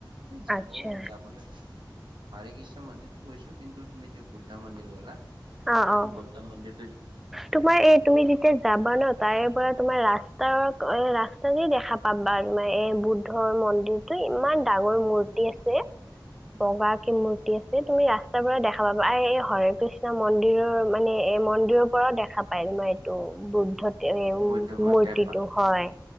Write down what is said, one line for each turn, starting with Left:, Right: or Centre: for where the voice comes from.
Right: এই যাব
Centre: আচ্ছা
Right: যাবলৈ হৰে কৃষ্ণ মন্দিৰতো গৈছো কিন্তু তুমি য বুদ্ধ মন্দিৰ গলা
Centre: অ
Right: সেইটো
Centre: অ
Right: বুদ্ধ মন্দিৰ
Centre: তোমাৰ এই তুমি যেতিয়া যাবা ন তাৰে পৰা তোমাৰ ৰাস্তাৰ ৰাস্ত দেখা পাবা তমাৰ এ বুদ্ধৰ মন্দিৰটো ইমান ডাঙৰ মূৰ্তি আছে।
Right: <inaudible>
Centre: বগা কি মূৰ্তি আছে এই তুমি ৰাস্তাবোৰত দেখা পাবা, আৰ এই সৰ্বিষ্যম মন্দিৰৰ মানে এ মন্দিৰৰ পৰাও দেখা পায় তোমাৰ এইটো বুদ্ধতে
Right: বৌদ্ধ মন
Centre: মূৰ্তিটো
Right: টেম্পল
Centre: হয়।